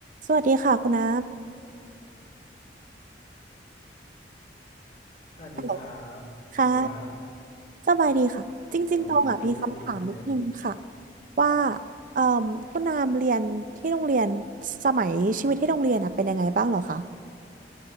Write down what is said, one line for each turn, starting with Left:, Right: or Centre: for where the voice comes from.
Right: สวัสดีค่ะคุณน้
Left: สวัสดีครับเป็นไงบ้าง
Right: ฮัลโหลำค่ะ สบายดีค่ะ จริงๆตองอ่ะมีคำถามนิดนึงค่ะ
Left: ฮัลโหลได้ยินไหมได้ยินไหม
Right: ว่าเอ่อคุณน้ำเรียนที่โรงเรียนสมัยชีวิตที่โรงเรียนอ่ะเป็นยังไงบ้างเหรอคะ